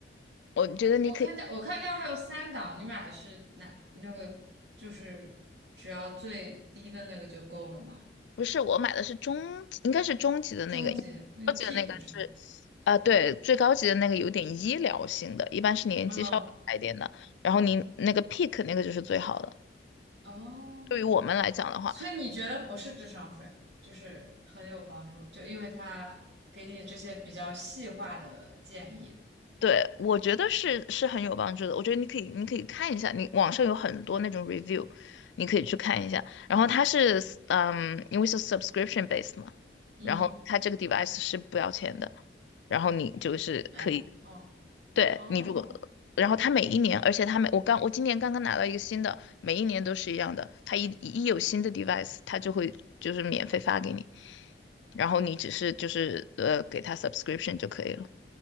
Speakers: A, on the left (about 85°); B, on the right (about 75°).
A: 我觉得你可以，
B: 我看见我看见还有三档，你买的是哪那个？就是只要最低的那个就够了吗？
A: 不是我买的是中级，应该是中级的那个，
B: 终极那个
A: 高级的那个是。
B: peak 是吗？
A: 啊，对，最高级的那个有点医疗性的，一般是年纪稍微大一点的，
B: 嗯，
A: 然后您那个 pick 那个就是最好的。
B: 哦，
A: 对于我们来讲的话，
B: 所以你觉得不是智商税，就是很有帮助，就因为它给你这些比较细化的建议。
A: 对，我觉得是是很有帮助的。我觉得你可以，你可以看一下，你网上有很多那种 review，你可以去看一下。然后它是，嗯，因为是 subscription b a s e 嘛，
B: 嗯，
A: 然后它这个 device 是不要钱的，然后你就是可以。
B: 哎，哦
A: 对你如果，
B: 哦，
A: 然后他每一年，而且他每我刚我今年刚刚拿到一个新的，每一年都是一样的，他一一有新的 device，他就会就是免费发给你，然后你只是就是呃给他 subscription 就可以了。